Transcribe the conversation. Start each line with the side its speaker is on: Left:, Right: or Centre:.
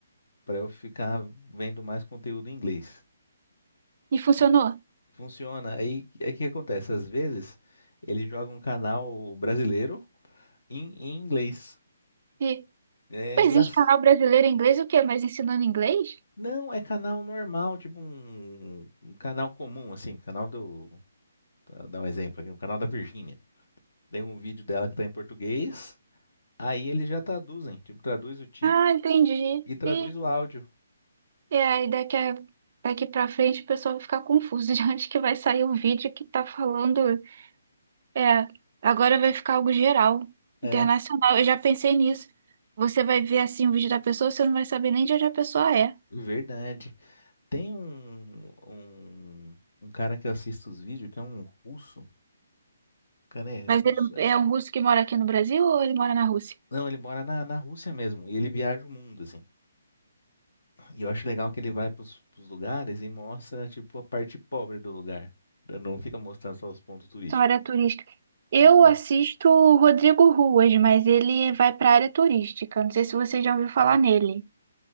Left: Pra eu ficar vendo mais conteúdo em inglês.
Right: E funcionou.
Left: E funciona. Aí, aí o que acontece? Às vezes ele joga um canal brasileiro em, em inglês.
Right: E
Left: É engraçado.
Right: existe canal brasileiro em inglês o quê? Mas ensinando inglês?
Left: Não, é canal normal, tipo um, um canal comum, assim, canal do. Pra dar um exemplo aqui, o canal da Virgínia. Tem um vídeo dela que tá em português, aí eles já traduzem, tipo, traduz o título
Right: Ah, entendi.
Left: e traduz
Right: E,
Left: o áudio.
Right: e aí daqui a, daqui para frente o pessoal vai ficar confuso de <laughs> onde que vai sair o vídeo que tá falando É, agora vai ficar algo geral,
Left: É,
Right: internacional. Eu já pensei nisso. Você vai ver assim o vídeo da pessoa, você não vai saber nem de onde a pessoa é.
Left: verdade. Tem um, um, um cara que eu assisto os vídeos, que é um russo. O cara é
Right: Mas
Left: russo.
Right: ele
Left: é.
Right: é um russo que mora aqui no Brasil ou ele mora na Rússia?
Left: Não, ele mora na, na Rússia mesmo, e ele viaja o mundo, assim. E eu acho legal que ele vai pros, pros lugares e mostra, tipo, a parte pobre do lugar. Não fica mostrando só os pontos turísticos.
Right: Só área turística. Eu
Left: Mo-
Right: assisto o Rodrigo Ruas, mas ele vai para área turística. Não sei se você já ouviu falar nele.